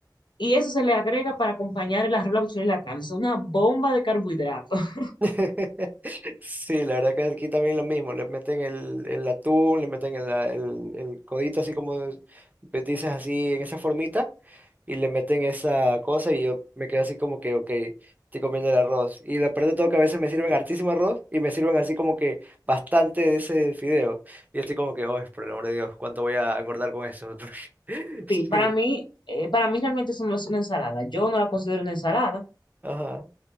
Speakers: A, on the left (about 85°); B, on the right (about 20°).
A: Y eso se le agrega para acompañar el arroz, la habichuela y la carne, es una bomba de carbohidratos. <laughs>
B: <laughs> Sí, la verdad que aquí también lo mismo, le meten el, el atún, le meten el, el, el codito así como es- pues, dices así en esa formita y le meten esa cosa y yo me quedo así como que, ok, estoy comiendo el arroz. Y lo peor de todo que a veces me sirven hartísimo arroz y me sirven así como que bastante de ese fideo. Y yo estoy como que, oh, por el amor de Dios, ¿cuánto voy a acordar con eso? <laughs>
A: Sí, para
B: Sí,
A: mí, eh, para mí realmente eso no es una ensalada. Yo no la considero una ensalada.
B: ajá.